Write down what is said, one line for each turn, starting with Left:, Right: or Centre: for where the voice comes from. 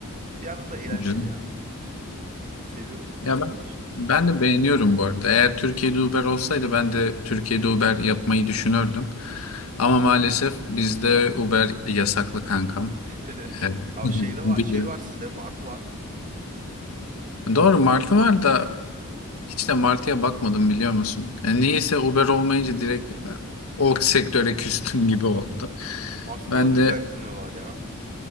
Right: Bir yandan da eğlenceli
Left: güzel.
Right: ya. Seviyorum
Left: Ya
Right: Uber
Left: ben,
Right: işini.
Left: ben de beğeniyorum bu arada. Eğer Türkiye'de Uber olsaydı ben de Türkiye'de Uber yapmayı düşünürdüm. Ama maalesef bizde Uber yasaklı kankam.
Right: <laughs>
Left: Ee, <laughs>
Right: Ya şeyde
Left: biliyorum.
Right: var, şey var sizde. Martı var.
Left: Doğru Martı var da hiç de Martı'ya bakmadım biliyor musun? Yani niyeyse Uber olmayınca direkt e, o sektöre küstüm <laughs> gibi oldu.
Right: Martı'da
Left: Ben
Right: da
Left: de
Right: güzel kazanıyorlar ya.